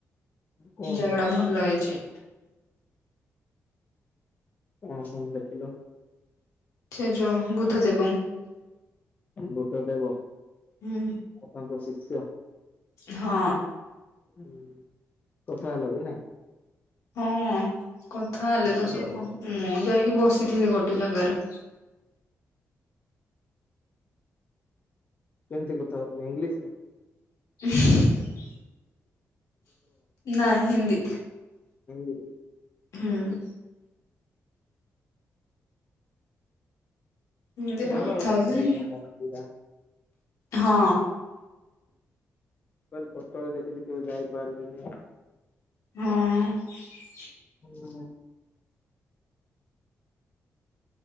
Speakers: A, on the left (about 35°); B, on the left (about 85°).
A: କଣ
B: ଜାଗା
A: କଣ
B: ଟା ଭଲ ହେଇଛି।
A: କଣ କଣ ଦେଖିଲ?
B: ସେ ଯୋଉ ବୁଦ୍ଧ ଦେବ।
A: ବୁଦ୍ଧଦେବ ଆଉ
B: ହୁଁ
A: ତାଙ୍କ ଶିଷ୍ୟ?
B: ହଁ।
A: ହୁଁ କଥା ହେଲ କି ନାଇ?
B: ହଁ କଥା ହେଲେ ତ
A: କେମିତି
B: ସବୁ ମୁଁ ଯାଇକି ବସି ଥିଲି ଗୋଟେ ଜାଗାରେ
A: କେମିତି କଥା ହଉଥିଲ ଇଂଲିଶ ରେ?
B: ଉହୁ ନାଇଁ ହିନ୍ଦୀ
A: ହୁଁ।
B: ହୁଁ। ହିନ୍ଦୀରେ
A: ଭଲହେଇଛି
B: କଥା ହଉଥିଲି।
A: ଜାଗା ଗୁରା।
B: ହଁ।।
A: ମୁଁ ଖାଲି ଫୋଟୋରେ ଦେଖିଛିି କେବେ ଯାଇପାରିଲିନି ଆଉ।
B: ହଁ।
A: ହୁଁ।